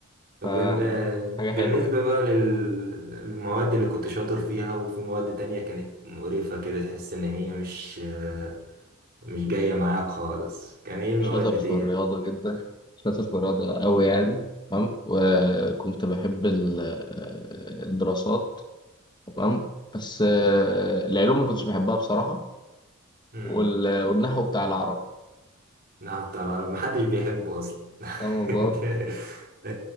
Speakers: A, on the right; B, on the left.
A: طب
B: ف
A: بال- بالنسبة
B: حاجه حلوه يعني
A: بقى لل- للمواد اللي كنت شاطر فيها وفي مواد تانية كانت مقرفة كده تحس إن هي مش آه، مش جاية معاك خالص كان إيه المواد
B: شاطر
A: ديت؟
B: في الرياضه جدا شاطر في الرياضه قوي يعني تمام وكنت بحب ال- الدراسات تمام بس آه، العلوم ما كنتش بحبها بصراحه
A: مم.
B: وال- والنحو بتاع العرب
A: نعم بتاع العربي محدش بيحبه أصلا
B: تمام
A: <laughs> ده